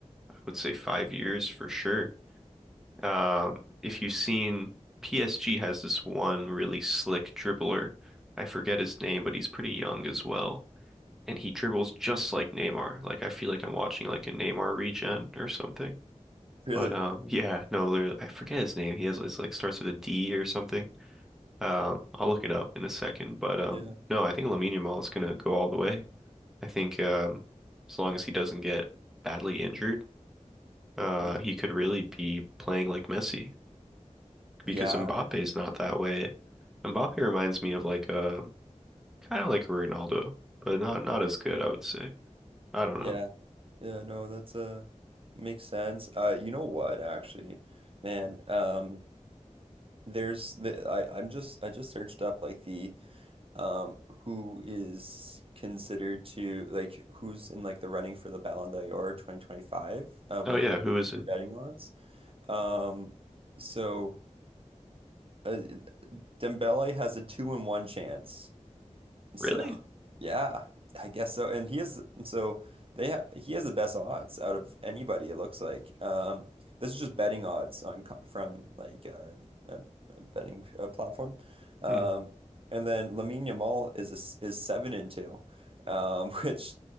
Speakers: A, in the centre; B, on the right.
A: I would say five years for sure. Um, if you've seen PSG has this one really slick dribbler. I forget his name, but he's pretty young as well. And he dribbles just like Neymar. Like I feel like I'm watching like a Neymar regen or something.
B: Really?
A: But um yeah, no, literally, I forget his name. He has it's like starts with a D or something. Um, I'll look it up in a second, but um,
B: Yeah.
A: no, I think Lamine Yamal is gonna go all the way. I think um, as long as he doesn't get badly injured, uh,
B: Yeah.
A: he could really be playing like Messi
B: Yeah.
A: because Mbappe's not that way. Mbappe reminds me of like a kind of like a Ronaldo, but not not as good, I would say. I don't
B: Yeah.
A: know.
B: Yeah, no, that's uh makes sense. Uh you know what actually, man, um there's the I I'm just I just searched up like the um who is considered to like who's in like the running for the Ballon d'Or 2025 uh
A: Oh
B: winner
A: yeah, who is
B: or
A: it?
B: betting odds. Um so uh, Dembele has a 2 in 1 chance. So,
A: Really?
B: yeah, I guess so. And he is so they ha he has the best odds out of anybody. It looks like. Um, this is just betting odds on co- from like uh, a, a betting uh, platform. Um,
A: Hmm,
B: and then Lamine Yamal is a s is seven and two, um, <laughs> which